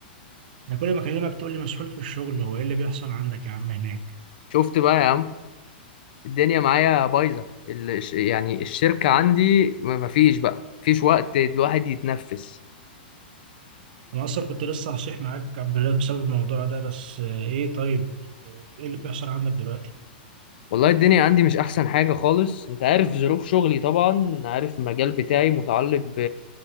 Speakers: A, on the right; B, on the left.
A: انا كل ما اكلمك تقول لي مسحول في الشغل هو ايه اللي بيحصل عندك يا عم هناك
B: شفت بقى يا عم الدنيا معايا بايظه ال- الش- يعني الشركه عندي ما ما فيش بقى مفيش وقت الواحد يتنفس
A: انا اصلا كنت لسه هصيح معاك عبد الله بسبب الموضوع ده بس آه، ايه طيب آه، ايه اللي بيحصل عندك دلوقتي
B: والله الدنيا عندي مش احسن حاجه خالص انت عارف ظروف شغلي طبعا عارف المجال بتاعي متعلق ب...